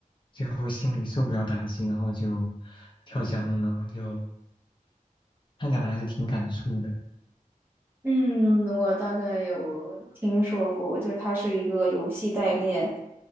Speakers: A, on the left (about 35°); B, on the right (about 15°).
A: 最后心里受不了打击，然后就跳江了，就看起来还是挺感触的。
B: 嗯，我大概有听说过，就是他是一个游戏代练，